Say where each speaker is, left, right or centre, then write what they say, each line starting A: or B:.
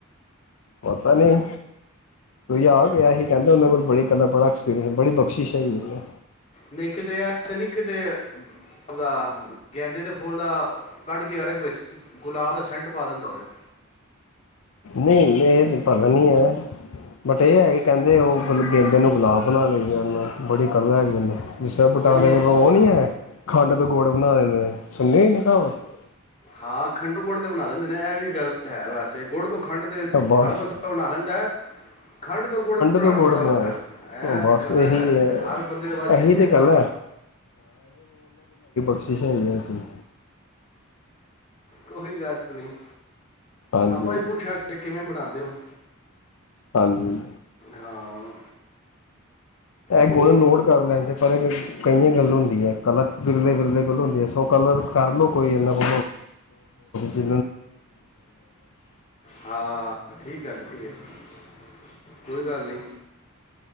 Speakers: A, on the left; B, on the left.
A: ਪਤਾ ਨਹੀਂ ਤੂੰਂ ਆ ਗਸੀ ਕਹਿੰਦੇ ਉਹਦੇ ਕੋਲ ਬੜੀਲਾ ਬੜਾ ਐਕਸਪੀਰੀਅਸ ਬੜੀ ਬਖਸ਼ਿਸ਼ ਹੈ ਜਨੂੰ
B: ਨਹੀਂ ਕਿਤਰੇਿਆ ਤੇ ਨਹੀਂ ਕਿਤੇ ਉਹਦਾ ਗੈਂਦੇ ਦੇ ਫੁੱਲ ਦਾ ਕੱਢ ਕੇ ਅਰਗ ਵਿੱਚ ਗੁਲਾਬ ਦਾ ਸੈਂਟ ਪਾ ਦਿੰਦਾ ਹੋਵੇ
A: ਨਹੀਂ ਇਹ ਤਾਂ ਪਤਾ ਨਹੀਂ ਹੈ ਬਟ ਇਹ ਹੈ ਕਿ ਕਹਿੰਦੇ ਉਹ ਗਦ ਨੂੰ ਗੁਲਾਬ ਬਣਾ ਲਈ ਬੜੀ ਕਦਰ ਹੈ ਗ ਜਿਸਰ
B: ਕੋਈ
A: ਬਟਾਲੇ
B: ਨਹੀਂ
A: ਦੇ ਭਗ ਉਹ ਨਹੀਂ ਹੈ ਖੰਡ ਦੇ ਗੁੜ ਬਣਾ ਦਿੰਦੇ ਨੇ ਸੁਣੀ ਹੋਈ ਨਾ ਕਹਾਵਤ
B: ਹਾਂ ਖੰਡੂ ਗੁੜ ਤੇ ਬਣਾ ਦਿੰਦੇ ਨੇ ਇਹ ਵੀ ਗੱਲ ਹੈ ਵੈਸੇ ਕੋਰ੍ਹ ਤੋਂ ਖੰਡ ਤੇ
A: ਬਸ
B: ਹਰ ਬੰਦਾ ਬਣਾ ਲੈਂਦਾ ਹੈ ਖੰਡ ਤੋਂ ਗੁੜ ਬਣਾਉਣਾ
A: ਤੋਂ ਗੁੜ
B: ਬੜਾ
A: ਬਣਾ
B: ਔਖਾ ਇਹ
A: ਬਸ
B: ਤੇ ਕਲਾ
A: ਇਹੀ ਹੈ
B: ਹਰ ਬੰਦੇ ਦੇ ਵਸਦੀ
A: ਇਹੀ
B: ਨੀ
A: ਤਾਂ
B: ਹੈ ਕਰਲਾ
A: ਗੱਲ ਕੋਸ਼ਿਸ਼ ਹੈਗੀਸੀ
B: ਕੋਈ ਗੱਲ ਨੀ
A: ਹਾਂਜੀ
B: ਆਪਾਂ
A: ਹਾਂਜੀ
B: ਹੀ ਪੁੱਛਾਂਗੇ ਕਿਵੇਂ ਬਣਾਉਂਦੇ ਦਿਮ
A: ਹਾਂਜੀ
B: ਹਾਂ ਹੋ
A: ਗੋਨ ਨੋਟ ਕਰ ਲੈਣ ਸੀ ਪਰ ਕਈਆਂ ਗੱਲ ਹੁੰ ਹੈ ਕਲਾ ਬਿਰਦੇ ਵਿਿਰਦੇ ਗੱਲ ਹੁੰ ਇਸ ਸ ਕੱਲ ਕਰ ਲਓ ਕੋਈ ਇਨਾ ੋ ਚੇ
B: ਹਾਂ ਠੀਕ ਆ ਠੀਕ ਹੈ ਕੋਈ ਕੋ ਗੱਲ ਨਹੀਂ